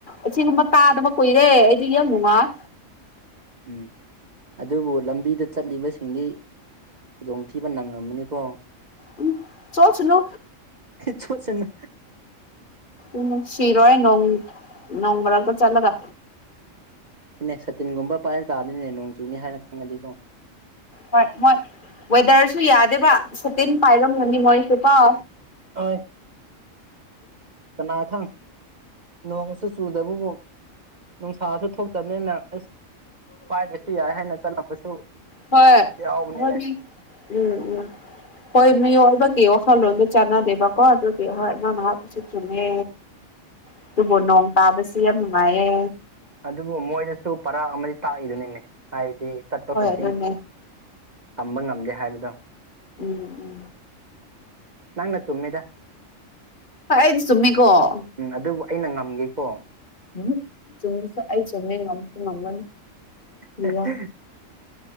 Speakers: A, on the left; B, on the right.
A: ꯑꯁꯤꯒꯨꯝꯕ ꯇꯥꯗꯕ ꯀꯨꯏꯔꯦ ꯑꯩꯗꯤ ꯌꯥꯝ ꯅꯨꯡꯉꯥꯏ
B: ꯎꯝ ꯑꯗꯨꯕꯨ ꯂꯝꯕꯤꯗ ꯆꯠꯂꯤꯕꯁꯤꯡꯗꯤ ꯈꯨꯗꯣꯡꯊꯤꯕ ꯅꯪꯉꯝꯂꯅꯤꯀꯣ
A: ꯎꯝ ꯆꫭꯠꯁꯅꯨ
B: ꯆꫭꯠꯁꯅꯨ
A: ꯎꯝ ꯁꯤꯔꯣꯏ ꯅꯣꯡ ꯅꯣꯡꯃꯔꯛ‌ꯇ ꯆꯠꯂꯒ
B: ꯏꯅꯦ ꯁꯇꯤꯟꯒꯨꯝꯕ ꯄꯥꯏꯔ ꯇꯥꯕꯅꯤꯅꯦ ꯅꯣꯡ ꯆꯨꯅꯤ ꯍꯥꯏꯅ ꯈꯪꯉꯗꯤꯀꯣ
A: ꯍꯣꯏ ꯃꯣꯏ ꯋꯦꯗꯔꯁꯨ ꯌꯥꯗꯦꯕ ꯁꯇꯤꯟ ꯄꯥꯏꯔꯝꯒꯅꯤ ꯃꯣꯏꯁꯨ ꯀꫭ
B: ꯍꯣꯏ ꯀꯅꯥ ꯈꯪ ꯅꯣꯡꯁꯨ ꯆꯨꯗꯕꯒꯨꯝ ꯅꯨꯡꯁꯥꯁꯨ ꯊꯣꯛꯇꯕꯅꯤꯅ ꯑꯁ ꯄꯥꯏꯗꯔꯁꯨ ꯌꯥꯏ ꯍꯥꯏꯅ ꯆꯠꯂꯝꯕꯁꯨ
A: ꯍꯣꯏ
B: ꯌꯥꯎꯕꯅꯤꯅꯦ
A: ꯍꯣꯏ ꯃꯤ ꯎꯝ ꯎꯝ ꯍꯣꯏ ꯃꯤꯑꯣꯏꯕꯒꯤ ꯋꯥꯈꯜꯂꯣꯟꯗ ꯆꯥꯟꯅꯗꯦꯕꯀꯣ ꯑꯗꯨꯗꯤ ꯍꯣꯏ ꯅꯪꯙ ꯍꯥꯏꯕꯁꯨ ꯆꯨꯝꯃꯦ ꯑꯗꯨꯕꯨ ꯅꯣꯡ ꯇꯥꯕꯁꯤ ꯌꯥꯝ ꯅꯨꯡꯉꯥꯏꯌꯦ
B: ꯑꯗꯨꯕꯨ ꯃꯣꯏꯗꯁꯨ ꯄꯔꯥ ꯑꯃꯗꯤ ꯇꯥꯛꯏꯗꯨꯅꯤꯅꯦ ꯍꯥꯏꯗꯤ ꯆꯠꯄ
A: ꯍꯣꯏ
B: ꯈꯨꯗꯤꯡ
A: ꯑꯗꯨꯅꯦ
B: ꯇꯝꯕ ꯉꯝꯗꯦ ꯍꯥꯏꯕꯗꯣ
A: ꯎꯝ ꯎꯝ
B: ꯅꯪꯅ ꯆꯨꯝꯃꯦꯗ
A: ꯍꫭꯏ ꯑꯩꯗꯤ ꯆꯨꯝꯃꯤꯀꫭ
B: ꯎꯝ ꯑꯗꯨꯕꯨ ꯑꯩꯅ ꯉꯝꯒꯦꯀꯣ
A: ꯎꯝ ꯆꯨꯝꯕꯁꯨ ꯑꯩ ꯆꯨꯝꯃꯦ ꯉꯝꯁꯨ ꯉꯝꯒꯅꯤ ꯀꯔꯤꯔ
B: <inaudible>